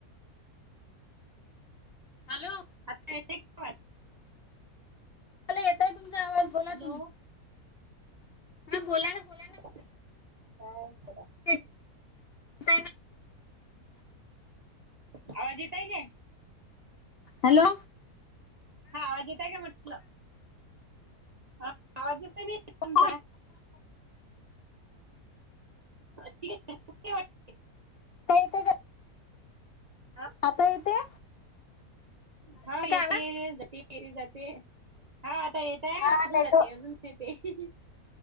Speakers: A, on the left; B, on the right.
A: हॅलो.
B: आता येत का आवाज?
A: मला येतय तुमचा आवाज बोला
B: हॅलो
A: तुम्ही, हा बोला ना पुढे
B: काय करा
A: येत आहे ना
B: आवाज येतय काय?
A: हॅलो.
B: हा आवाज येतय काय म्हटलं? हा आवाजच नाही नाही तुमचा
A: हो,
B: <unintelligible> <unintelligible>
A: आता येते का
B: हा <unintelligible>
A: आता येतोय?
B: हा, येते
A: आवाज
B: जाते, येते जाते, हा आता येतय
A: हा
B: अजून
A: नेटवर्क
B: जाते अजून ते, ते